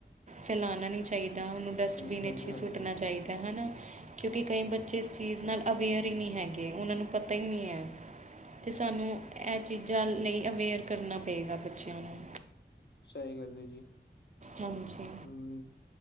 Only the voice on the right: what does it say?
ਫੈਲਾਉਣਾ ਨਹੀਂ ਚਾਹੀਦਾ, ਉਹਨੂੰ ਡਸਟਬਿਨ
ਵਿੱਚ ਹੀ ਸੁੱਟਣਾ ਚਾਹੀਦਾ ਹੈਨਾ, ਕਿਉਂਕਿ ਕਈ ਬੱਚੇ ਇਸ ਚੀਜ਼ ਨਾਲ ਅਵੇਅਰ ਹੀ ਨਹੀਂ ਹੈਗੇ, ਉਹਨਾਂ ਨੂੰ ਪਤਾ ਹੀ ਨਹੀਂ ਹੈ, ਅਤੇ ਸਾਨੂੰ ਇਹ ਚੀਜ਼ਾਂ ਲਈ, ਅਵੇਅਰ ਕਰਨਾ ਪਏਗਾ ਬੱਚਿਆਂ ਨੂੰ
ਹਾਂਜੀ,